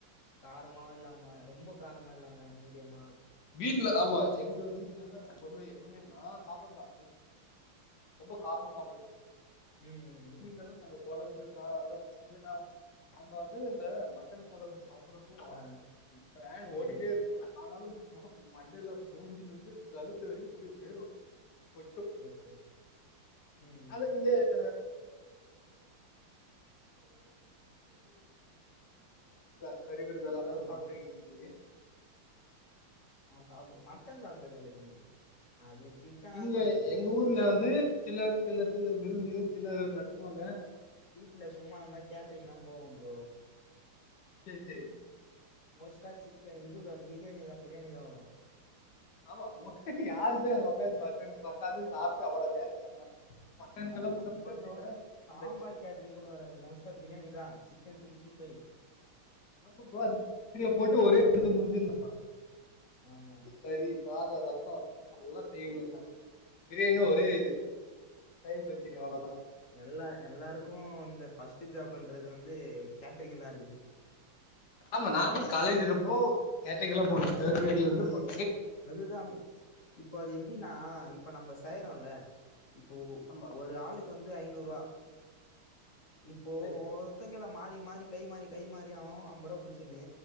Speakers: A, on the left (about 40°); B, on the left (about 55°).
A: காரமாவு இல்லாம ரொம்போ காரமா இல்லாம மீடியமா
B: வீட்ல ஆமா எங்க வீட்லலா ரம்பபோய் எப்பமேனா சாப்பாடுதா <inaudible> காரமா சாப்டுவன்
A: ம், ம்,
B: எப்டி
A: ம்.
B: இருந்தாலும் சகப் கொலம்பு காறொல்லாம் <unintelligible> நம்ப அது எந்த மட்டன் கொலம்பு சாப்புறப்போ
A: ஆ
B: ஃபேன்
A: ம், ம்.
B: ஓடிட்டேருக்கும் ஆனாலும் மண்டேல மூஞ்சிலருந்து கழுத்து வரிக்கும் அப்டே வேகும் கொட்டும்
A: ஓகே. ம், ம்,
B: அது இந்த
A: ம்.
B: <unintelligible> கறிவிருந்தெல்லாம்
A: ஆமா.
B: சாப்ட்ருவீங்கக்கே
A: அ அது மட்டன் சாப்டதில்ல வி அது சிக்கனா
B: இங்க
A: சாப்ட்டுருப்பேன்.
B: எங்க ஊர்ல வந்து சில சில சில விருந்துக சில நடத்துவாங்க
A: இல்ல சும்மாருந்தா கேட்டீரிங்னா போகும் ப்ரோ
B: சேர் சேரி
A: மோஸ்டா சிக்கன் இதுதா பிரியாணி தா பிரியணிதா வரும்
B: <unintelligible> மட்டனுக்கெல்லாம்
A: அ
B: போட்ட
A: இல்ல
B: பதில
A: ப்ரோ சாம்பார்
B: அந்த
A: கேட்ரிங் கூட வராது மோஸ்டா பிரியாணி தா சிக்கன் சிஸ்டி ஃபை
B: அப்ப்பாது பிரிய போட்டு
A: வேணாலும்
B: ஒரே
A: சாப்டுவோம்.
B: எடத்து முடிஞ்சிடலாம்
A: ஆமா,
B: கறி சாதம் ரசம் இதெல்லாம் செய்யணும்ல பிரியாணினா ஒரே இது தயிர் பச்சடி
A: மாரு
B: அவ்வளவுதான்
A: எல்லா எல்லாருக்கும் இந்த ஃபர்ஸ் ஜாப் பண்றது வந்து கேட்ரிங் தான் இருக்குது
B: ஆமா நானும் காலேஜ் இருப்போ கேட்ரிங் எல்லா போனும் தேர்ட் இயர்லந்து போனு
A: அதுதா போ இப்போ அது எப்டின்னா இப்ப நம்ம செய்யறோம்ல இப்போ
B: ஆமா
A: ஒரு ஆளுக்கு வந்து து ஐநூரூவா இப்போ
B: சரி
A: ஒருத்தங்களாம் மாறி மாறி கை மாறி கை மாறி அவன் அவன் அம்பது ரூபா புச்சுனு